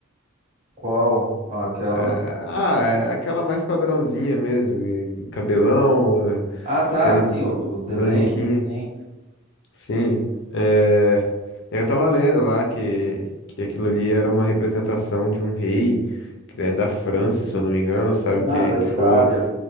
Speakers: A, on the right; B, on the left.
A: qual aquela.
B: É, Ah, é aquela mais padrãozinha mesmo, e cabelão,
A: Ah, tá,
B: pele
A: sim, o, do o
B: branquinha,
A: desenho. Sim.
B: sim. É, eu tava lendo lá que, que aquilo ali era uma representação de um rei, né, da França, se eu não me engano, sabe? Que,
A: Ah, da
B: que
A: Itália.
B: foi